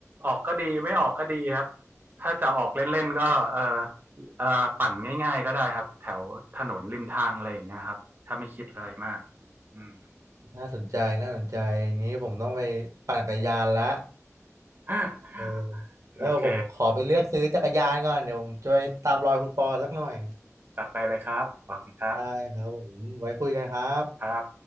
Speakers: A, on the right; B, on the right.
A: ออกก็ดีไม่ออกก็ดีครับถ้าจะออกเล่นๆก็เออเออปั่นง่ายๆก็ได้ครับแถวถนนริมทางอะไรอย่างเงี้ยครับถ้าไม่คิดอะไรมากอืม
B: น่าสนใจน่าสนใจอย่างนี้ผมต้องไปปั่นจักรยานละ
A: <laughs>
B: เออเดี๋ยวผมขอไปเลือกซื้อจักรยานก่อนเดี๋ยวผมจะไปตามรอยคุณปอสักหน่อย
A: โอเคจัดไปเลยครับขอบคุณครับ
B: ได้ครับผมไว้คุยกันครับ
A: ครับ